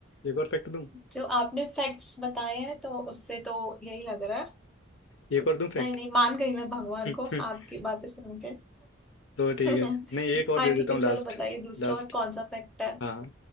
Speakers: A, on the left (about 65°); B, in the centre.
A: एक और फैक्ट दूं
B: जो आपने फैक्ट्स बताए हैं तो उससे तो यही लग रहा है
A: एक और दूं फैक्ट
B: नहीं नहीं मान गई मैं भगवान
A: <laughs>
B: को हाँ, आपकी बातें सुन के
A: तो ठीक
B: <laughs>
A: है नहीं एक और
B: हाँ
A: दे देता
B: ठीक है
A: हूँ
B: चलो
A: लास्ट
B: बताइए दूसरा
A: लास्ट
B: और कौन सा फैक्ट है
A: हाँ